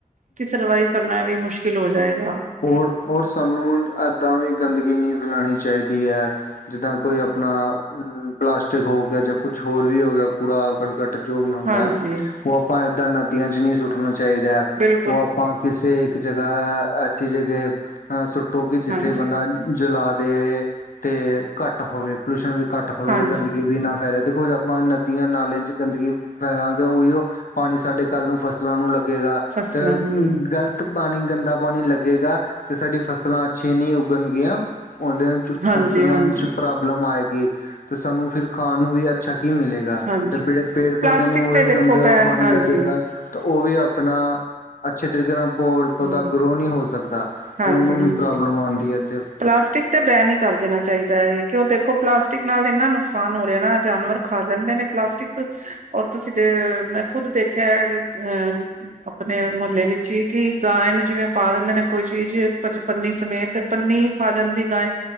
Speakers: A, on the right; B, on the left.
A: ਕਿ ਸਰਵਾਈਵ ਕਰਨਾ ਵੀ, ਮੁਸ਼ਕਿਲ ਹੋ ਜਾਏਗਾ
B: ਔਰ-ਔਰ ਸਾਨੂੰ ਇੱਦਾਂ ਵੀ ਗੰਦਗੀ ਨਈ ਫੈਲਾਣੀ ਚਾਹੀਦੀ ਐ ਜਿੱਦਾਂ ਕੋਈ ਅਪਣਾ ਪਲਾਸਟਿਕ ਹੋ ਗਿਆ ਜਾਂ ਕੁਛ ਹੋਰ ਵੀ ਹੋ ਗਿਆ ਕੂੜਾ ਕਰ ਟ ਜੋ ਵੀ ਹੁੰਦਾ
A: ਹਾਂਜੀ
B: ਐ, ਓ ਆਪਾਂ ਏਦਾਂ ਨਦੀਆਂ ਚ ਨਈ ਸੁੱਟਣਾ ਚਾਈਦਾ ਐ।
A: ਬਿਲ
B: ਓ ਆਪਾਂ ਕਿਸੇ ਏਕ ਜਗਾ ਐਸੀ ਜਗੇ, ਸੁੱਟੋ ਕਿ ਜਿੱਥੇ
A: ਹਾਂਜੀ
B: ਬੰਦਾ ਜਲਾ ਦੇ, ਤੇ ਘੱਟ ਹੋਵੇ ਪੋਲਿਊਸ਼ਨ ਵੀ ਕੱਟ ਹੋਵੇ
A: ਹਾਂਜੀ
B: ਤੇ ਗੰਦਗੀ ਵੀ ਨਾ ਫੈਲੇ ਦੇਖੋ ਆਪਾਂ ਨਦੀਆਂ ਨਾਲਿਆਂ ਚ ਗੰਦਗੀ ਫੈਲਾਂਗੇ ਓਈ ਓ ਪਾਨੀ ਸਾਡੇ ਕੱਲ ਨੂੰ ਫ਼ਸਲਾਂ ਨੂੰ ਲੱਗੇਗਾ।
A: ਫਸਲਾਂ
B: ਆ
A: ਨੂੰ
B: ਓ ਗਲਤ ਪਾਨੀ ਗੰਦਾ ਪਾਨੀ ਲੱਗੇਗਾ ਤੇ ਸਾਡੀ ਫਸਲਾਂ ਅੱਛੀਆਂ ਨੀ ਉੱਗਣਗੀਆਂ। ਓਦਨ ਚ
A: ਹਾਂਜੀ
B: ਫਸਲਾਂ
A: ਹਾਂਜੀ
B: ਚ ਪ੍ਰੋਬਲਮ ਆਏਗੀ। ਤੇ ਸਾਨੂੰ ਫਿਰ ਖਾਣ ਨੂੰ ਵੀ ਅੱਛਾ ਕੀ ਮਿਲੇ ਗਾ,
A: ਹਾਂਜੀ
B: ਤੇ ਬਿੜੇ ਪੇੜ-ਪੌਦੇ
A: ਪਲਾਸਟਿਕ
B: ਨੂੰ ਓਹੀ
A: ਤੇ
B: ਓ
A: ਦੇਖੋ
B: ਗੰਦ
A: ਬੈਨ
B: ਪਾਨੀ
A: ਹਾਂਜੀ
B: ਲੱਗੇਗਾ। ਤਾਂ ਤਵੀ ਆਪਣਾ ਅੱਛੇ ਤਰੀਕੇ ਨਾਲ ਪੌੜ-ਪੌਦਾ
A: ਹਮ
B: ਗਰੋ ਨੀ ਹੋ ਸਕਦਾ
A: ਹਾਂਜੀ
B: ਤੇ ਓਨੂੰ ਵੀ
A: ਹਾਂਜੀ
B: ਪ੍ਰੋਬਲਮ ਆਉਂਦੀ ਐ ਤੇ
A: ਪਲਾਸਟਿਕ ਤੇ ਬੈਨ ਈ ਕਰ ਦੇਣਾ ਚਾਈਦਾ ਐ ਵੇ ਕਿ ਓ ਦੇਖੋ ਪਲਾਸਟਿਕ ਨਾਲ ਏਨਾ ਨੁਕਸਾਨ ਹੋ ਰੈੲ ਨਾ ਜਾਨਵਰ ਖਾ ਲੈਂਦੇ ਨੇ ਪਲਾਸਟਿਕ ਔਰ ਤੁਸੀਂ ਦੇ ਮੈਂ ਖੁਦ ਦੇਖਿਆ ਅਹ ਆਪਣੇ ਮੁਹੱਲੇ ਵਿੱਚ ਈ ਕਿ ਗਾਂਏ ਨੂੰ ਜਿਵੇਂ ਪਾ ਦਿੰਦੇ ਕੋਈ ਚੀਜ਼ ਪੰਨੀ ਸਮੇਤ ਪੰਨੀ ਖਾਂ ਜਾਦੀ ਗਾਏਂ।